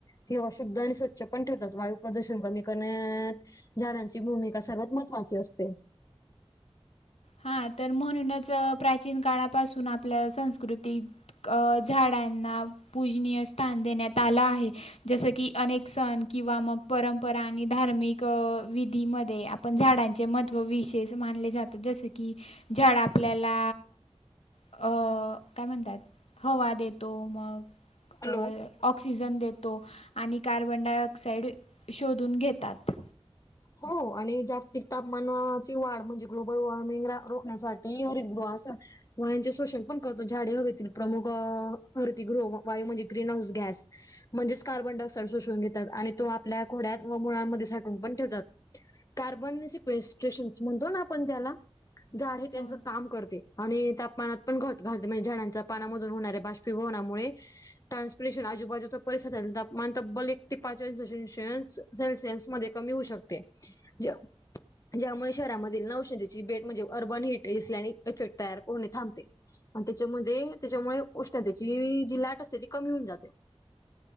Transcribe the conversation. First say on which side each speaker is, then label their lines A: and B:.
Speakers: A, on the left (about 35°); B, on the left (about 75°).
A: ति हवा शुद्ध आणि स्वच्छ पण ठेवतात वायू प्रदूषण कमी करण्यात झाडांची भूमिका सर्वात महत्त्वाची असते.
B: हा तर म्हणूनच प्राचीन काळापासून आपल्या संस्कृती अ झाडांना पूजनीय स्थान देण्यात आलं आहे, जसं की अनेक सण किंवा मग परंपरा आणि धार्मिक विधीमध्ये आपण झाडांचे महत्त्व विशेष मानले जात जसं की झाड आपल्याला अ काय म्हणतात हवा देतो मग
A: हॅलो
B: अ ऑक्सिजन देतो आणि कार्बन डायऑक्साइड शोधून घेतात.
A: हो आणि जागतिक तापमानाची वाढ म्हणजे ग्लोबल वॉर्मिंगला रोखण्यासाठी हरितगृहास व्हायचे सोशन पण करतो झाडे हवेतील प्रमुख हरती गृह वायू म्हणजे ग्रीन हाऊस गॅस म्हणजेच कार्बन डायऑक्साइड सोषून घेतात आणि तो आपल्या घोड्यात व मुळांमध्ये साठून पण ठेवतात. कार्बनसिकटेशन म्हणतो ना आपण त्याला झाडे त्यांच
B: हां.
A: काम करते. आणि तापमानात पण घट घालते म्हणजे झाडांचा पानामधून होणाऱ्या बाष्पीभवनामुळे ट्रान्सपिरेशन आजूबाजूचा परिसल तापमान तब्बल एक ते पाचं अंश दशांश सेल्सियनस मध्ये कमी होऊ शकते ज ज्यामुळे शहरामधील न औषधीची बेड म्हणजे urban heat A C effect तयार पूर्ण थांबते. आणि त्याच्यामध्ये त्याच्यामुळे उष्णतेची जी लाट असते ती कमी होऊन जाते.